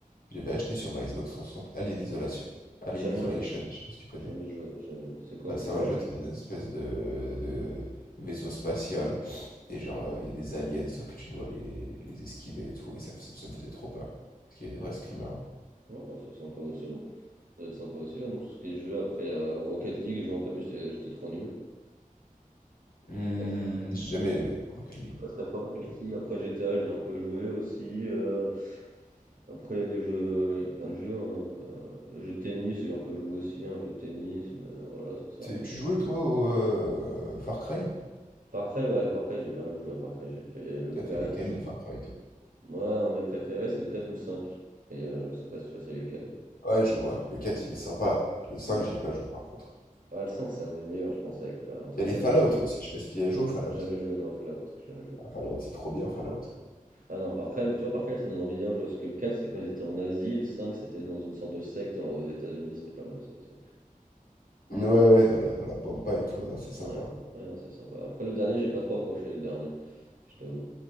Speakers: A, on the left; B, on the right.
A: Je l'avais acheté sur ma Xbox 360 Alien Isolation. Alien
B: Jamais,
A: Isolation,
B: euh,
A: je sais pas si tu connais.
B: jamais joué, jamais joué. C'est quoi
A: Bah,
B: un
A: c'est
B: jeu d'horreur?
A: un jeu, t'es dans une espèce de, de vaisseau spatial. Et genre, euh, il y a des aliens, sauf que tu dois les, les esquiver et tout. Et ça, ça, ça me faisait trop peur. Parce qu'il y avait des vrais screamers. hein.
B: Ouais, ouais, c'est sympa aussi. hein. Ça doit être sympa aussi, ouais, dans tout ce qui est jeu. Après, euh, Rocket League, j'ai joué un peu, mais j'étais j'étais trop nul.
A: Hmm,
B: J'étais pas très,
A: j'ai jamais aimé Rocket League.
B: pas très fort à Rocket
A: je
B: League. Après, GTA, j'ai un peu joué aussi. euh, Après, il y a des jeux, euh, il y a plein de jeux. hein. Euh, Jeu de tennis, j'ai un peu joué aussi, un jeu de tennis, mais voilà, ça s'arrête.
A: Tu jouais toi au euh, Far Cry?
B: Far Cry, ouais, Far Cry, j'ai pas mal joué à Far Cry. J'ai fait le
A: T'as
B: quatre
A: fait lesquels de Far Cry toi?
B: Moi, un de mes préférés, c'est le 4 ou le cinq Et euh, je sais pas si tu vois, c'est lesquels.
A: Ouais, je vois. Le quatre il est sympa. Le cinq
B: Ouais,
A: j'y
B: quoi.
A: ai pas joué par contre.
B: Ah, le 5 c'est un des meilleurs, je pense, avec, euh, entre
A: Il y a
B: le
A: les
B: 4
A: Fallout
B: et le cinq
A: aussi. Je sais pas si tu y as joué au Fallout.
B: Jamais joué dans un Fallout, jamais joué.
A: Ah, Fallout, c'est trop bien, Fallout.
B: Ah non, Far Cry, bah tu vois, Far Cry, ça me donne envie de jouer. je parce que le 4, c'était quand ils étaient en Asie, le 5, c'était dans une sorte de secte en- aux États-Unis, c'était pas mal ça aussi.
A: Ouais,
B: Je-
A: ouais, dans la, dans la pampa et tout, là, c'est sympa.
B: Ouais, ouais, non, c'est sympa. Après, le dernier, j'ai pas trop accroché, le dernier, je t'avoue.